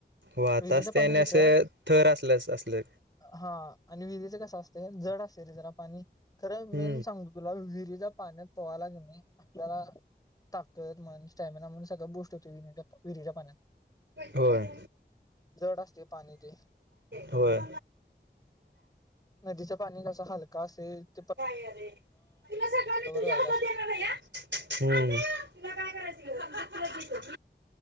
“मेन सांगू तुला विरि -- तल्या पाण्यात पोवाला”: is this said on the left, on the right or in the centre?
Left